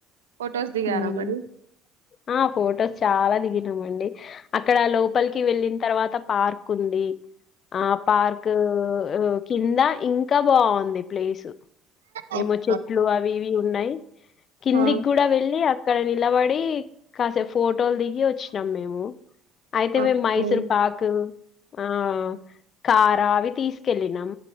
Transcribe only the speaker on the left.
ఉమ్
ఆ ఫొటోస్ చాలా దిగి దిగినా మండి అక్కడ లోపలికి వెళ్ళిన తర్వాత పార్క్ కుండి ఆ పార్క్ ఉ కింద ఇంకా బావుంది ప్లేసు
ఏమో చెట్లు అవి ఇవి ఉన్నాయ్ కిందిక్కూడ
వెళ్ డి అక్కడ నిలబడీ కాసేప్ ఫోర్ ఫోటోల్ దిగి వచ్చినాం మేము అయితే
మేము మైసూర్ పాక్ ఆ కార అవి తీసుకెళ్ళినాం.